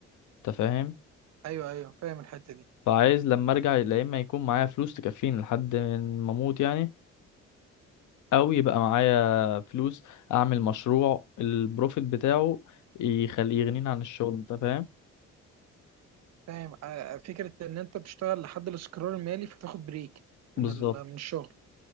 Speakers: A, on the left; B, on the right.
A: انت فاهم
B: ايوه ايوه فاهم الحته دي
A: فعايز لما ارجع يا اما يكون معايا فلوس تكفيني لحد ما اموت يعني او يبقى معايا فلوس اعمل مشروع البروفيت بتاعه يخليه يغنيني عن الشغل انت فاهم
B: فاهم آه، فكرة إن أنت تشتغل لحد الاستقرار المالي فتاخد بريك من
A: بالظبط
B: ال... من الشغل